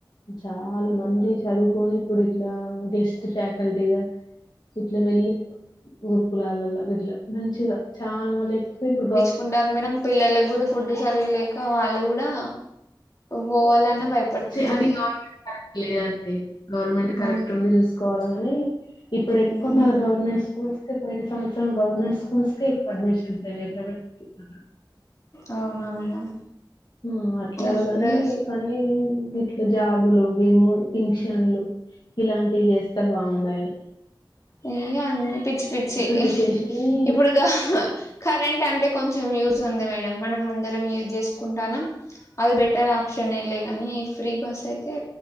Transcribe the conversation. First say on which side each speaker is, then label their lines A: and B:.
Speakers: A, on the left; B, on the left.
A: చాలా మంది చదువు కోనీ ఇప్పుడు ఇట్లా గెస్ట్ ఫ్యాకల్టీగా ఇట్ల వెళ్ళి గరుకులాలల్లో గిట్లా మంచిగా చాలా వాళ్ళ ఎక్కువ ఇప్పుడు గౌర్
B: కుంటారు మేడం పిల్లలకి కూడా ఫుడ్ సరిగాలేక వాళ్ళు కూడా పోవాలన్నా భయపడుతురు
A: అది గవర్నమెంట్ కరెక్ట్ లేదం తే గవర్నమెంట్ కరెక్ట్
B: ఉమ్
A: ఉండి చూసుకోవాలగా అని ఇప్పుడు ఎక్కువ
B: ఉమ్
A: మళ గవర్నమెంట్ స్కూల్స్ ఎక్కువై ప్రతి సంవత్సరం గవర్నమెంట్ స్కూల్స్కి పర్మిషన్స్ ప్రైవట్ స్కూల్
B: అవునా మేడం
A: హ్మ్ అట్లాగాని
B: ఇప్పుడు
A: కొన్ని ఇట్లా జాబులు గము ఫింక్షన్లు ఇలాంటివి చేస్తే బావుండాయన
B: హ్మ్ అన్ని పిచ్చి పిచ్చి
A: తీసేసినయి
B: ఇప్పుడుగా కరెంట్ అంటే కొంచెం యూస్ ఉంది మేడం మనం అందరం యూజ్ చేస్ కుంటానాం అది బెటర్ ఆప్షనే లే గాని ఈ ఫ్రీ బస్ అయితే